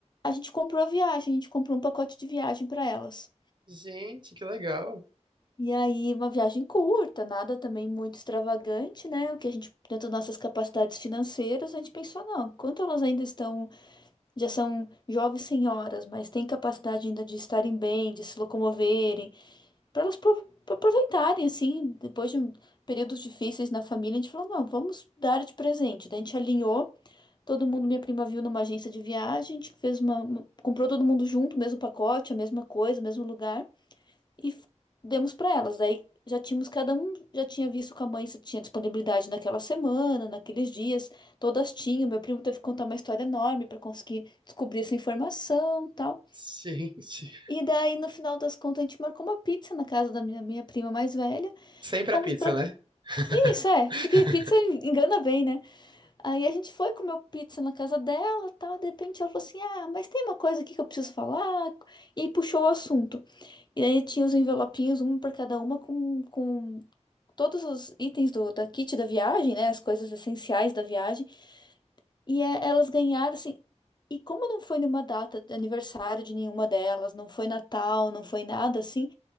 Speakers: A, on the left; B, on the right.
A: a gente comprou a viagem, a gente comprou um pacote de viagem para elas.
B: Gente, que legal.
A: E aí uma viagem curta, nada também muito extravagante, né? O que a gente, dentro das nossas capacidades financeiras, a gente pensou, não, quanto elas ainda estão já são jovens senhoras, mas têm capacidade ainda de estarem bem, de se locomoverem, para elas pro- aproveitarem, assim, depois de um- períodos difíceis na família, a gente falou, não, vamos dar de presente. Daí a gente alinhou, todo mundo, minha prima viu numa agência de viagem, a gente fez uma, uma- comprou todo mundo junto, o mesmo pacote, a mesma coisa, o mesmo lugar e f- demos para elas. Daí já tínhamos, cada um já tinha visto com a mãe se tinha disponibilidade naquela semana, naqueles dias, todas tinham. Meu primo teve que contar uma história enorme para conseguir descobrir essa informação, tal.
B: <laughs> Gente.
A: E daí no final das contas a gente marcou uma pizza na casa da minha, minha prima mais velha.
B: Sempre
A: Fomos
B: a pizza,
A: para
B: né? <laughs>
A: Isso é, porque pizza engana bem, né? Aí a gente foi comer pizza na casa dela, tal, de repente ela falou assim: "Ah, mas tem uma coisa aqui que eu preciso falar". E puxou o assunto. E daí tinha os envelopinhos, um para cada uma, com, com todos os itens do, da kit da viagem, né? As coisas essenciais da viagem. E é, elas ganharam, assim. E como não foi numa data de aniversário de nenhuma delas, não foi Natal, não foi nada assim,